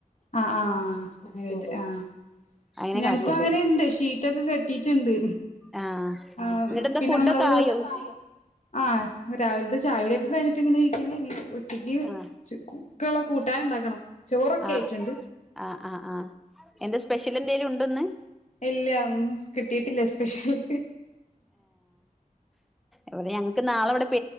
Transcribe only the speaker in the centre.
അങ്ങനെ
കാട്ടല്
ആഹ്
ഇങ്ങട്ടെന്താ
ഫുഡൊക്കെ
ആയോ
ആഹ്
ആഹ്
ആ ആ ആഹ് എന്താ സ്പെഷ്യൽ എന്തെലും ഉണ്ടോന്ന്
ഇവ്ടെ ഞങ്ങക്ക് നാളെവ്ടെ